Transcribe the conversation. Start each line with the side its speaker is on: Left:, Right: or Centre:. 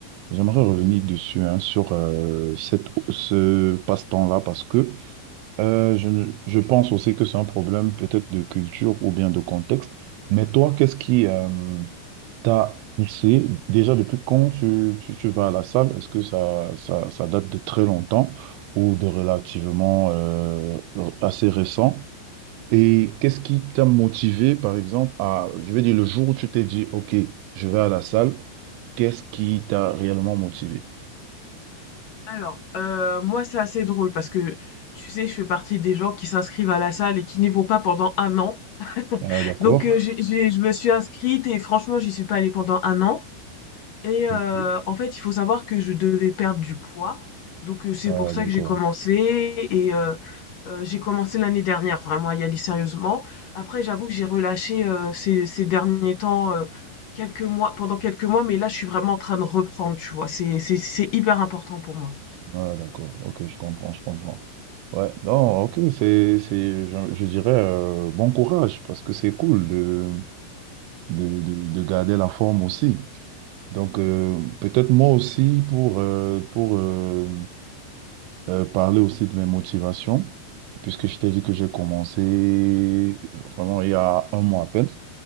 Right: j'aimerais revenir dessus hein, sur euh, cette, ce passe-temps-là parce que euh, je, ne- je pense aussi que c'est un problème peut-être de culture ou bien de contexte. Mais toi, qu'est-ce qui euh, t'a poussé déjà depuis quand tu, tu, tu vas à la salle? Est-ce que ça, ça, ça date de très longtemps ou de relativement euh, assez récent? Et qu'est-ce qui t'a motivé, par exemple, à, je vais dire, le jour où tu t'es dit, OK, je vais à la salle, qu'est-ce qui t'a réellement motivé?
Left: Alors, euh, moi, c'est assez drôle parce que, tu sais, je fais partie des gens qui s'inscrivent à la salle et qui n'y vont pas pendant un an. <laughs>
Right: Ah, d'accord.
Left: Donc, euh, j'ai, j'ai- je me suis inscrite et franchement, j'y suis pas allée pendant un an. Et heu,
Right: Ok.
Left: en fait, il faut savoir que je devais perdre du poids, donc heu, c'est
Right: Ah,
Left: pour ça
Right: d'accord.
Left: que j'ai commencé et heu heu, j'ai commencé l'année dernière vraiment à y aller sérieusement. Après, j'avoue que j'ai relâché, heu, ces ces derniers temps, heu, quelques mois pendant quelques mois, mais là, je suis vraiment en train de reprendre, tu vois? C'est c'est c'est hyper important pour moi.
Right: Ah, d'accord. OK, je comprends, je comprends. Ouais, non, OK, c'est, c'est, je, je dirais, euh, bon courage, parce que c'est cool de, de, de, de garder la forme aussi. Donc, euh, peut-être moi aussi, pour, euh, pour, euh, euh, parler aussi de mes motivations, puisque je t'ai dit que j'ai commencé vraiment il y a un mois à peine.